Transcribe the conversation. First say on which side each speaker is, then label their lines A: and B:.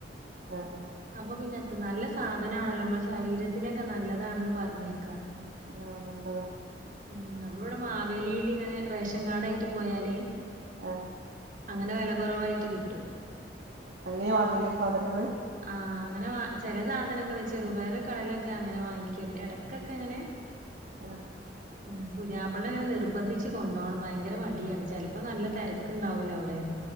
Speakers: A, on the right (about 70°); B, on the right (about 50°).
A: ആഹ് ആഹ്
B: അപ്പൊ പിന്നെ അത്ത് നല്ല സാധനാണല്ലോ നമ്മളെ ശരീരത്തിനൊക്കെ നല്ലതാണന്ന് പറഞ്ഞേക്കാ.
A: ആഹ് നല്ലതാ.
B: ഉം നമ്മളവടെ മാവേലില് ഇങ്ങനെ റേഷൻ കാർഡായിട്ട് പോയാല്
A: ആഹ്
B: അങ്ങനെ വെല കൊറവായിട്ട് കിട്ടും.
A: അങ്ങനെയാ വാങ്ങല് സാധനങ്ങള്?
B: ആഹ് അങ്ങനെ ചെല സാധനങ്ങൾ ചെറുപയർ കടലൊക്കെ അങ്ങനെ വാങ്ങിക്കണ്ട് എടക്കൊക്കെങ്ങനെ. <inaudible>
A: ആഹ്
B: ഉം പുതിയാപ്പള്നങ്ങനെ നിർബന്ധിച്ച് കൊണ്ടോകണം ഭയങ്കര മടിയാണ് ചെലപ്പോ നല്ല തെര ക്കണ്ടാവൂല അഒടെ?